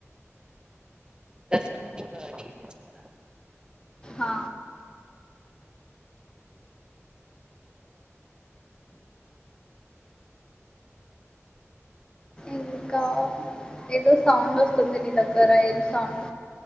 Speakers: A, on the right; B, on the left.
A: దసరా దీపావళికి తెస్తారా
B: ఆ ఇంకా ఏదో సౌండ్ వస్తుంది నీ దగ్గర ఏం సౌండ్